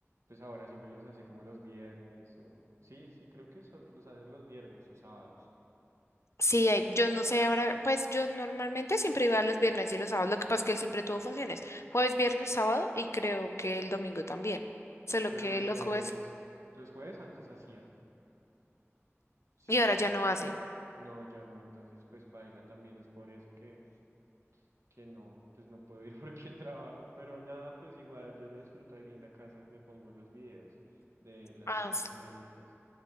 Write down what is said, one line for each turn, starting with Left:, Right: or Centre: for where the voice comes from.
Right: pues ahora siempre los hace como los viernes o... Sí, sí, creo que eso los hace los viernes o sábados,
Left: Sí, hay- yo no sé ahora, pues yo normalmente siempre iba los viernes y los sábados, lo que pasa es que él siempre tuvo funciones, jueves, viernes, sábado y creo que el domingo también, solo
Right: pero
Left: que
Right: los
Left: los
Right: jueves,
Left: jueves
Right: los jueves antes hacía, sí,
Left: y ahora ya no hacen.
Right: no, ya no, entonces pues paila también es por eso que, que no, pues no puedo ir <laughs> porque trabajo, pero nada, pues igual yo lo disfruto aquí en la casa, me pongo los videos de las,
Left: Ah,
Right: las
Left: s-
Right: entrevistas,